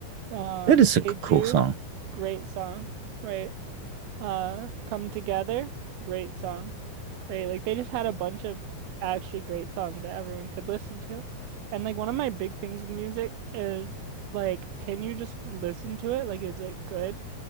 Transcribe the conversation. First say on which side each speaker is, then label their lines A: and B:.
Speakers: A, on the right; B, on the right.
A: Um,
B: that is
A: Hey
B: a cool
A: Jude,
B: song.
A: great song, right? Uh, Come Together, great song. Right, like they just had a bunch of actually great songs that everyone could listen to. And like one of my big things with music is like can you just listen to it? Like is it good?